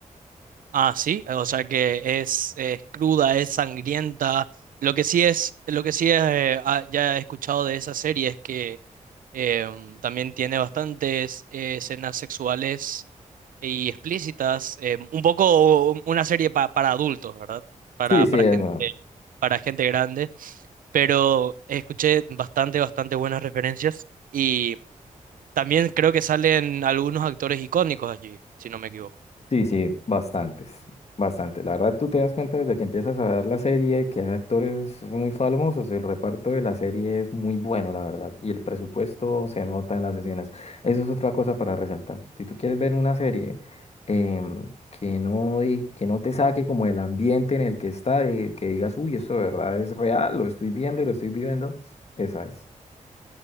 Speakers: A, on the right; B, on the left.
A: Ah, sí, o sea que es, es cruda, es sangrienta. Lo que sí es, lo que sí es, eh, ah, ya he escuchado de esa serie es que em, también tiene bastantes eh, escenas sexuales y explícitas. em, un poco u- una serie pa- para adultos, ¿verdad? Para,
B: Sí, sí,
A: para
B: es,
A: gente,
B: no,
A: para gente grande. Pero escuché bastante, bastante buenas referencias y también creo que salen algunos actores icónicos allí, si no me equivoco.
B: Sí, sí, bastantes, bastantes. La verdad, tú te das cuenta desde que empiezas a ver la serie que hay actores muy famosos. El reparto de la serie es muy bueno, la verdad. Y el presupuesto se nota en las escenas. Eso es otra cosa para resaltar. Si tú quieres ver una serie em, que no, di- que no te saque como el ambiente en el que está, de que digas, uy, eso de verdad es real, lo estoy viendo y lo estoy viviendo, esa es.